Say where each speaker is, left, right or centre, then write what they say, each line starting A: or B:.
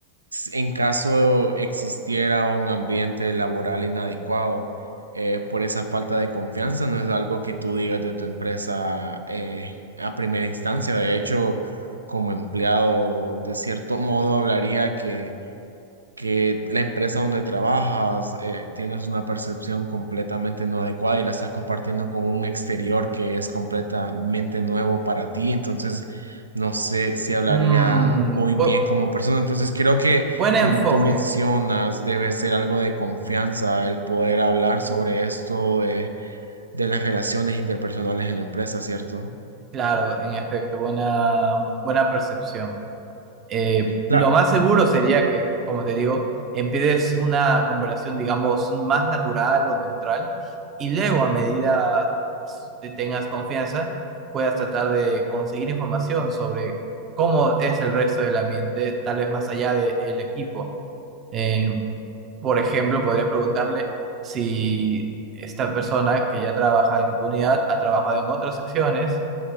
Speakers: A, on the right; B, on the right.
A: en caso existiera un ambiente laboral inadecuado eh, por esa falta de confianza, no es algo que tú digas de tu empresa eh, a primera instancia. De hecho, como empleado, de cierto modo, hablaría que que la empresa donde trabajas eh, tienes una percepción completamente no adecuada y la estás compartiendo con un exterior que es completamente nuevo para ti, entonces no sé si hablaría
B: Mm,
A: muy
B: bu-
A: bien como persona. Entonces creo que
B: buen enfoque,
A: como tú mencionas, debe ser algo de confianza el poder hablar sobre esto de, de las relaciones interpersonales en la empresa, ¿cierto?
B: claro, en efecto, buena, buena percepción. Eh,
A: Cla-
B: lo más seguro sería que, como te digo, empieces una comparación, digamos, más natural o neutral, y luego a medida que tengas confianza, puedas tratar de conseguir información sobre cómo es el resto del ambiente, tal vez más allá del equipo. Eh, Por ejemplo, podrías preguntarle si esta persona que ya trabaja en tu unidad ha trabajado en otras secciones